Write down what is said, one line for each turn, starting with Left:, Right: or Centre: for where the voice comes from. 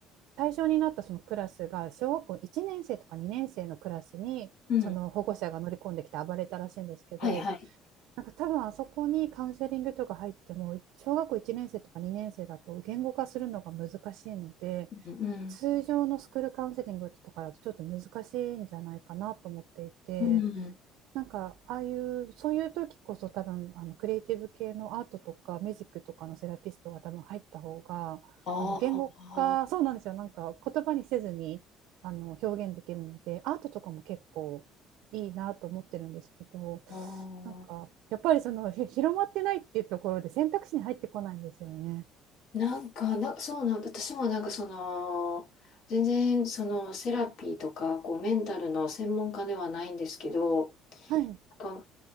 Right: 対象になったそのクラスが、小学校1年生とか2年生のクラスに、
Left: うん。
Right: その保護者が乗り込んできて暴れたらしいんですけど、
Left: はいはい。
Right: なんか多分あそこにカウンセリングとか入っても、小学校1年生とか2年生だと言語化するのが難しいので、
Left: うん
Right: 通常のスクールカウンセリングとかだとちょっと難しいんじゃないかなと思っていて、
Left: うん。うん。
Right: なんか、ああいう、そういう時こそ多分、あの、クリエイティブ系のアートとか、ミュージックとかのセラピストが多分入った方が、
Left: ああ、
Right: あの、言語化、そうなんですよ。なんか、言葉にせずに、あの、表現できるので、アートとかも結構いいなと思ってるんですけど、
Left: ああ。
Right: なんか、やっぱりその、ひ広まってないっていうところで選択肢に入ってこないんですよね。
Left: なんか、な、そうなんだ。私もなんかその、全然そのセラピーとか、こうメンタルの専門家ではないんですけど、
Right: はい。うん
Left: なんか